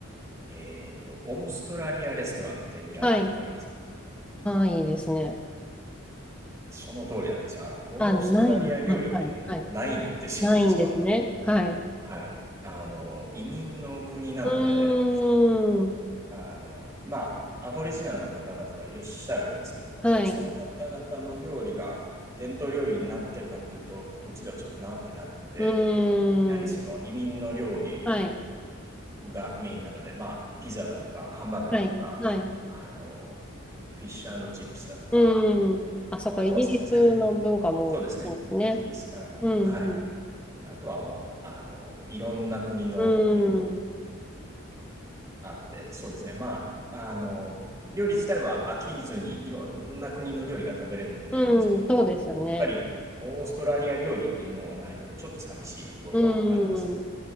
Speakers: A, on the right (about 15°); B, in the centre.
A: えーと、オーストラリアレストランって見られたことありますか
B: はい。ないですね。
A: その通りなんですよ。あの、オーストラリア料理っていうのもないんですよ、
B: あ、ない。はい、はい、はい。ないんですね。
A: 実は。
B: はい。う
A: はい。あの、移民の国なので、
B: ーん。
A: あの、まあ、アボリジナルの方々がいらっしゃるんですけども、やっぱりその方々の料理が伝統料理になってるかっていうと、
B: はい。う
A: こっちではちょっとなってなくて、
B: ーん。
A: やはりその移民の料理
B: はい。
A: がメインなので、まあ、ピザだとか、ハンバーガーだとか、
B: はい。はい。
A: あの、フィッシュチップスだとか、
B: うーん。あ、そっか、
A: あとはそうですね、
B: イギリスの文化も多いですね。
A: そうですね、イギリスからの、
B: うん、
A: はい。
B: うん。
A: あとはもう、あの、いろんな国の料理
B: うーん。
A: あって、そうですね。まあ、あの、料理自体は飽きずにいろんな国の料理が食べれるのでいいんですけども、
B: うん、そうですよね。
A: やっぱりオーストラリア料理っていうのがないので、ちょっと寂しいところはありますね。
B: うん。